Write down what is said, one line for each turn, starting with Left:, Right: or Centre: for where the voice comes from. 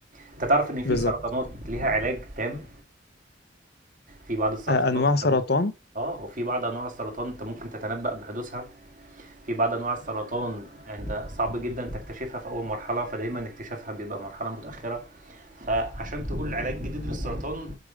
Right: انت تعرف ان في
Left: بالظبط
Right: سرطانات ليها علاج تام في بعض السرطانات
Left: آه، انواع
Right: انت
Left: سرطان
Right: ممكن اه وفي بعض انواع السرطان انت ممكن تتنبأ بحدوثها في بعض انواع السرطان يعني انت صعب جدا تكتشفها في اول مرحله فدايما اكتشافها بيبقى مرحله متاخره فعشان تقول علاج جديد للسرطان